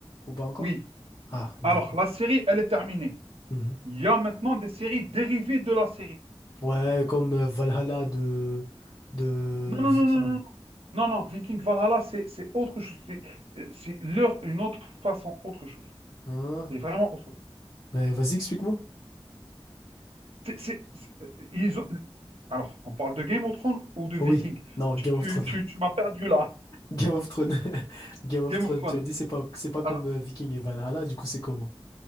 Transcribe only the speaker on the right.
Oui.
Alors, la série, elle est terminée.
Il y a maintenant des séries dérivées de la série.
Non, non,
non, non, non. Non, non, Viking Valhalla, c'est c'est autre chose. C'est euh, c'est leur, une autre façon, autre chose.
C'est vraiment autre chose.
c'est- c'est- c'est- ils ont- Alors, on parle de Game of Thrones ou de Viking?
Tu, tu-
tu-
tu m'as perdu là.
Game
of Thrones.
Alors,